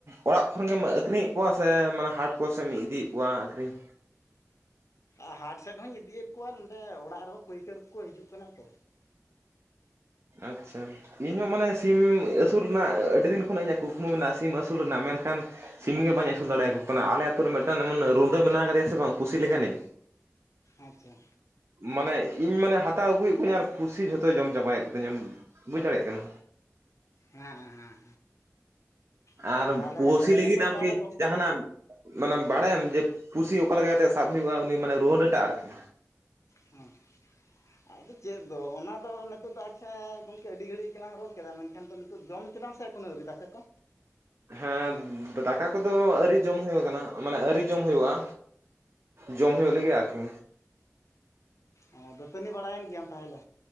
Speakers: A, on the right; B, on the left.
A: ᱚᱲᱟᱜ ᱠᱷᱚᱱ ᱜᱮᱢ ᱟᱹᱠᱷᱨᱤᱧᱮᱫ ᱠᱚᱣᱟ ᱥᱮ ᱢᱟᱱᱮ ᱦᱟᱴ ᱠᱚᱥᱮᱢ ᱤᱫᱤᱭᱮᱫ ᱠᱚᱣᱟ ᱟᱹᱠᱷᱨᱤᱧ?
B: ᱟᱨ ᱦᱟᱴ ᱥᱮᱫ ᱦᱚᱧ ᱤᱫᱤᱭᱮᱫ ᱠᱚᱣᱟ ᱱᱚᱸᱰᱮ ᱚᱲᱟᱜ ᱨᱮᱦᱚᱸ ᱯᱟᱹᱭᱠᱟᱹᱨ ᱠᱚᱠᱚ ᱦᱤᱡᱩᱜ ᱠᱟᱱᱟ ᱛᱚ
A: ᱟᱪᱪᱷᱟ ᱤᱧᱦᱚᱸ ᱢᱟᱱᱮ ᱥᱤᱢ ᱟᱹᱥᱩᱞ ᱨᱮᱱᱟᱜ ᱟᱹᱰᱤ ᱫᱤᱱ ᱠᱷᱚᱱᱟᱜ ᱤᱧᱟᱹᱜ ᱠᱩᱠᱢᱩ ᱢᱮᱱᱟᱜᱼᱟ ᱥᱤᱢ ᱟᱹᱥᱩᱞ ᱨᱮᱱᱟᱜ ᱢᱮᱱᱠᱷᱟᱱ ᱥᱤᱢ ᱜᱮ ᱵᱟᱹᱧ ᱟᱹᱥᱩᱞ ᱫᱟᱲᱮᱭᱟᱠᱚ ᱠᱟᱱᱟ ᱟᱞᱮ ᱟᱛᱳ ᱨᱮ ᱢᱤᱫᱴᱟᱝ ᱮᱢᱚᱱ ᱨᱩᱸᱰᱟᱹ ᱢᱮᱱᱟᱜ ᱠᱟᱫᱮᱭᱟ ᱥᱮ ᱵᱟᱝ ᱯᱩᱥᱤ ᱞᱮᱠᱟᱱᱤᱡ
B: ᱟᱪᱪᱷᱟ
A: ᱢᱟᱱᱮ ᱤᱧ ᱢᱟᱱᱮ ᱦᱟᱛᱟᱣ ᱟᱹᱜᱩᱭᱮᱫ ᱠᱚᱣᱟᱧ ᱟᱨ ᱯᱩᱥᱤ ᱡᱷᱚᱛᱚᱭ ᱡᱚᱢ ᱪᱟᱵᱟᱭᱮᱫ ᱠᱚ ᱛᱤᱧᱟ ᱵᱩᱡᱽ ᱫᱟᱲᱮᱭᱟᱜ ᱠᱟᱱᱟ
B: ᱦᱮᱸ ᱦᱮᱸ ᱦᱮᱸ
A: ᱟᱨ
B: ᱛᱟᱦᱚᱞᱮ
A: ᱯᱩᱥᱤ ᱞᱟᱹᱜᱤᱫ
B: ᱱᱤᱛᱳᱜ
A: ᱟᱢ
B: ᱛᱟᱦᱚᱞᱮ
A: ᱠᱤ
B: ᱜᱚᱝᱠᱮ
A: ᱡᱟᱦᱟᱱᱟᱜ ᱢᱟᱱᱮ ᱵᱟᱲᱟᱭᱟᱢ ᱡᱮ ᱯᱩᱥᱤ ᱚᱠᱟᱞᱮᱠᱟ ᱠᱟᱛᱮᱜ ᱥᱟᱵ ᱦᱩᱭᱩᱜᱼᱟ ᱩᱱᱤ ᱢᱟᱱᱮ ᱨᱩᱣᱟᱰᱟᱴᱟ ᱟᱨᱠᱤ
B: ᱦᱩᱸ ᱟᱫᱚ ᱪᱮᱫ ᱫᱚ ᱚᱱᱟᱫᱚ ᱱᱤᱛᱚᱜ ᱫᱚ ᱜᱚᱝᱠᱮ ᱟᱹᱰᱤ ᱜᱷᱟᱹᱲᱤᱡ ᱜᱮᱞᱟᱝ ᱨᱚᱲ ᱠᱮᱫᱟ ᱢᱮᱱᱠᱷᱟᱱ ᱫᱚ ᱱᱤ ᱛᱚᱜ ᱡᱚᱢ ᱠᱮᱫᱟᱢ ᱥᱮ ᱮᱠᱷᱚᱱ ᱟᱹᱣᱨᱤ ᱫᱟᱠᱟ ᱠᱚ?
A: ᱦᱮᱸ ᱫᱟᱠᱟ ᱠᱚᱫᱚ ᱟᱹᱨᱤ ᱡᱚᱢ ᱦᱩᱭ ᱟᱠᱟᱱᱟ ᱢᱟᱱᱮ ᱟᱹᱨᱤ ᱡᱚᱢ ᱦᱩᱭᱩᱜᱼᱟ ᱡᱚᱢ ᱦᱩᱭᱩᱜ
B: ᱟᱪᱪᱷᱟ
A: ᱞᱟᱹᱜᱤᱫ ᱟᱨᱠᱤ᱾
B: ᱚ ᱫᱟᱹᱛᱟᱹᱱᱤ ᱵᱟᱲᱟᱭᱮᱱ ᱜᱮᱭᱟᱢ ᱛᱟᱦᱚᱞᱮ?